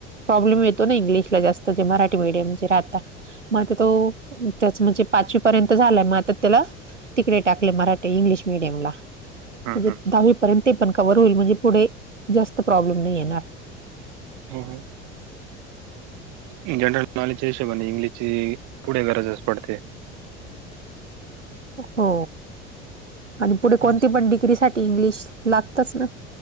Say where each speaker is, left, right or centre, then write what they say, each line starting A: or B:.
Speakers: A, on the right (about 85°); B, on the right (about 55°).
A: प्रॉब्लेम येतो ना इंग्लिश ला जास्त जे मराठी मीडियम जे राहात. म -आता तो त्याच म्हणजे पाचवी पर्यंत झालाय म आता त्याला तिकडे टाकले मराठी इंग्लिश मिडयमला
B: हं,
A: म्हणजे
B: हं,
A: दहावीपर्यंत ते पण कवर होईल म्हणजे पुढे जास्त प्रॉब्लेम नाही येणार.
B: <unintelligible> जनरल नॉलेजच्या हिशोबाने इंग्लिशची पुढे गरजच पडते.
A: हो आणि पुढे कोणती
B: हं,
A: पण डिग्री साठी इंग्लिश लागतच ना.